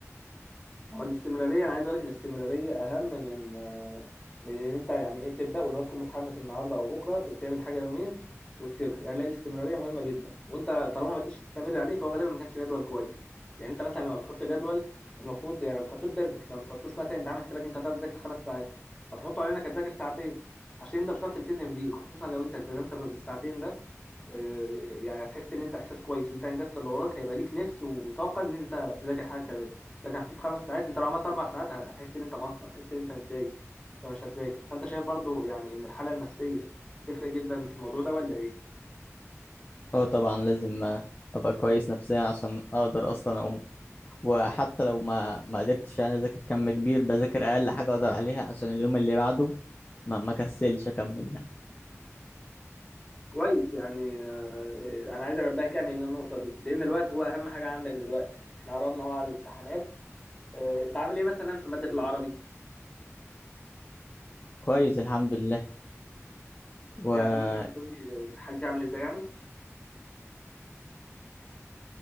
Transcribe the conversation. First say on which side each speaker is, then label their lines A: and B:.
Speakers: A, on the left; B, on the left.
A: ما هو الاستمرارية أنا عايز أقول لك الاستمرارية أهم من آه، من إن أنت يعني إيه تبدأ واللي هو تكون متحمس النهاردة أو بكرة ت- تعمل حاجة يومين وتسيبها يعني لا الاستمرارية مهمة جدا وأنت طالما ما قدرتش تستمر عليه فهو غالبا ما كانش جدول كويس يعني أنت مثلا لما بتحط جدول المفروض يعني ما بتحطوش بيرفكت ما بتحطوش مثلا أنت عامل حسابك أنت هتقعد تذاكر خمس ساعات فتحطه علينا إنك هتذاكر ساعتين عشان أنت مش هتعرف تلتزم بيه خصوصا لو أنت التزمت بالساعتين ده آه، يعني هتحس إن أنت إحساس كويس وأنت أنجزت اللي وراك هيبقى ليك نفس وطاقة إن أنت تذاكر حاجة كمان لكن حطيت خمس ساعات انت لو عملت اربع ساعات هتحس ان انت مقصر هتحس ان انت متضايق فمش هتذاكر فانت شايف برضو يعني ان الحاله النفسيه تفرق جدا في الموضوع ده ولا ايه
B: اه طبعا لازم آه، ابقى كويس نفسيا عشان اقدر اصلا اقوم وحتى لو ما ما قدرتش يعني اذاكر كم كبير بذاكر اقل حاجه اقدر عليها عشان اليوم اللي بعده ما ما كسلش اكمل يعني
A: كويس يعني آه، آه، انا عايز انبهك يعني للنقطه دي لان الوقت هو اهم حاجه عندك دلوقتي احنا قربنا هو على الامتحانات آه، انت عامل ايه مثلا في ماده العربي
B: كويس الحمد لله والحل
A: يعني ممكن تقول لي الحل فيها عامل ازاي يعني